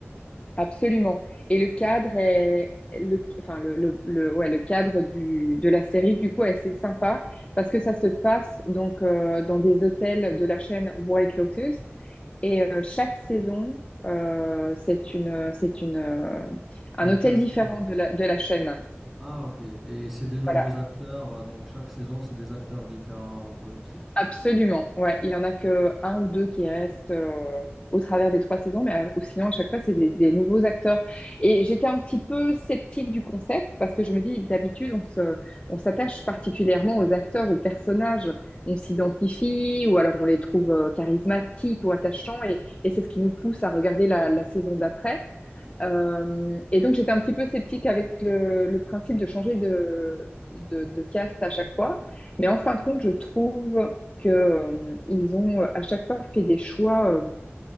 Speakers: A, on the left; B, in the centre.
A: Absolument. Et le cadre est le, enfin le, le, le- ouais, le cadre du, de la série du coup est assez sympa parce que ça se passe donc euh, dans des hôtels de la chaîne White Lotus et euh, chaque saison euh, c'est une c'est une euh,
B: C'est
A: un
B: un cast.
A: hôtel différent
B: euh,
A: de la de la chaîne.
B: Ah, ok. Et c'est des nouveaux
A: Voilà.
B: acteurs. euh, Donc, chaque saison, c'est des acteurs différents un peu aussi.
A: Absolument, ouais. Il y en a que un ou deux qui restent euh, au travers des trois saisons, mais euh, ou sinon, à chaque fois, c'est des, des nouveaux acteurs. Et j'étais un petit peu sceptique du concept parce que je me dis, d'habitude, on se, on s'attache particulièrement aux acteurs, aux personnages. On s'identifie ou alors on les trouve euh, charismatiques ou attachants et, et c'est ce qui nous pousse à regarder la, la saison d'après. Euh, et donc, j'étais un petit peu sceptique avec le, le principe de changer de, de, de caste à chaque fois. Mais en fin de compte, je trouve que, euh, ils ont euh, à chaque fois fait des choix euh,